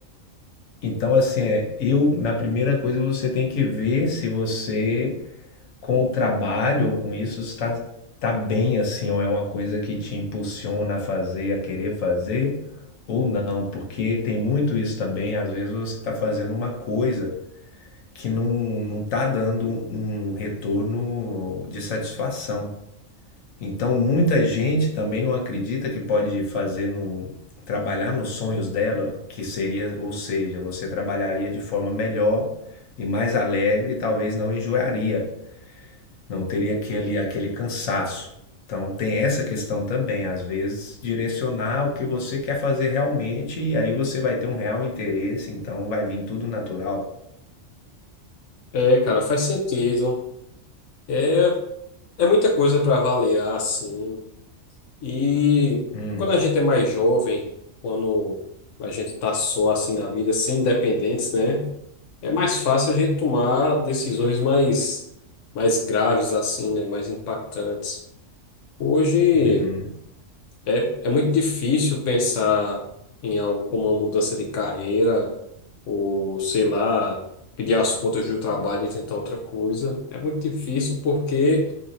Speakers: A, on the left (about 85°); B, on the left (about 70°).
A: Então, assim, é, eu, na primeira coisa, você tem que ver se você, com o trabalho ou com isso, está tá bem, assim, ou é uma coisa que te impulsiona a fazer, a querer fazer, ou não, porque tem muito isso também, às vezes você está fazendo uma coisa que não, não tá dando um retorno de satisfação. Então, muita gente também não acredita que pode fazer no, trabalhar nos sonhos dela, que seria, ou seja, você trabalharia de forma melhor e mais alegre, e talvez não enjoaria, não teria aquele, aquele cansaço. Então, tem essa questão também, às vezes, direcionar o que você quer fazer realmente, e aí você vai ter um real interesse, então vai vir tudo natural.
B: É, cara, faz sentido. É, é muita coisa para avaliar, assim. E
A: Hum,
B: quando a gente é mais jovem, quando a gente tá só assim na vida, sem dependentes né? É mais fácil a gente tomar decisões mais, mais graves, assim, né? Mais impactantes. Hoje.
A: uhum.
B: É, é muito difícil pensar em algo como uma mudança de carreira, ou sei lá, pedir as contas do trabalho e tentar outra coisa. É muito difícil porque